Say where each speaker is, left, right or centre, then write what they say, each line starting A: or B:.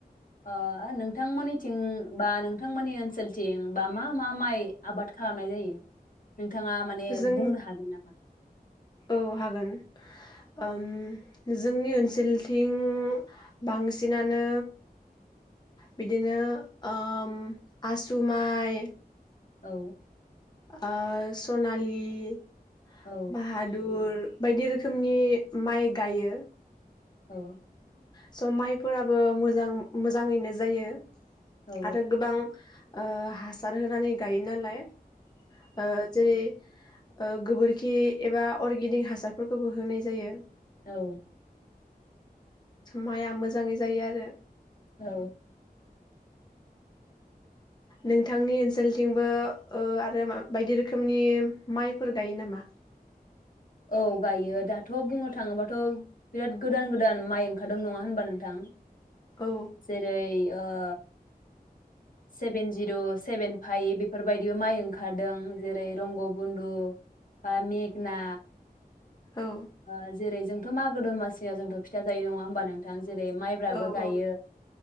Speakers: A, on the left; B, on the left.
A: ओ नोंथांमोननिथिं बा नोंथांमोननि ओनसोलथिं बा मा मा माइ आबाद खालामनाय जायो? नोंथाङा माने
B: जों
A: बुंनो हागोन नामा?
B: औ हागोन उम जोंनि ओनसोलथिं बांसिनानो बिदिनो ओम आसु माइ
A: औ।
B: ओ सनालि
A: औ
B: बाहादुर बायदि रोखोमनि माइ गायो
A: औ।
B: स' माइफोराबो मोजां मोजाङैनो जायो।
A: औ
B: आरो गोबां ओ हासार होनानै गायो नालाय ओ जेरै ओ गोबोरखि एबा अर्गेनिक हासारफोरखोबो होनाय जायो।
A: औ।
B: माइआ मोजाङै जायो आरो
A: औ।
B: नोंथांनि ओनसोलथिंबोओ ओ आरो बायदि रोखोमनि माइफोर गायो नामा?
A: औ गायो दाथ' बुंनो थाङोबाथ' बिराद गोदान गोदान माइ ओंखारदों नङा होनबा नोंथां?
B: औ
A: जेरै ओ सेबेन जिर' सेबेन फाइभ बेफोरबायदिबो माइ ओंखारदों जेरै रंग बन्दु बा मेगना
B: औ
A: ओ जेरै थ' मागो दमासियाव जोंथ' फिथा जायो नङा होनबा नों जेरै माइब्राबो
B: औ
A: गायो
B: औ